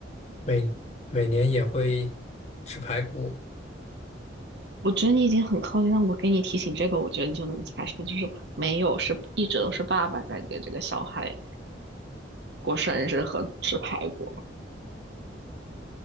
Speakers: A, on the left; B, on the right.
A: 每每年也会吃排骨，
B: 我觉得你已经很靠近了，我给你提醒这个，我觉得你就能猜出，就是没有，是一直都是爸爸在给这个小孩过生日和吃排骨，